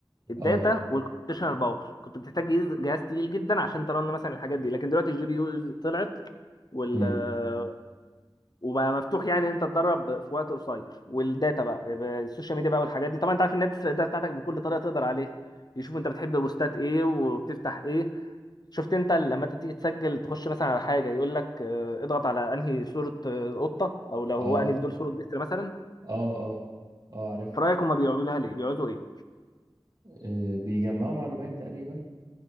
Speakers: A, on the left; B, on the right.
A: الداتا
B: اه
A: والكمبيوتيشنال باور كنت بتحتاج جهاز جهاز تقيل جدا عشان ترن مثلا الحاجات دي لكن دلوقتي الجي بي يو طلعت وال
B: امم
A: آه، وبقى مفتوح يعني ان انت تدرب في وقت قصير والداتا بقى بقى السوشيال ميديا بقى والحاجات دي طبعا انت عارف الناس الداتا بتاعتك بكل طريقة تقدر عليها يشوف انت بتحب بوستات ايه وبتفتح ايه شفت انت لما انت تيجي تسجل تخش مثلا على حاجه يقول لك آه، اضغط على انهي صوره آه، قطه او لو هو
B: اه
A: انهي في دول صوره بيست مثلا
B: اه اه اه عارف
A: في رايك هم بيعملوا لها ليه بيقعدوا ايه
B: آه، بيجمعوا معلومات تقريبا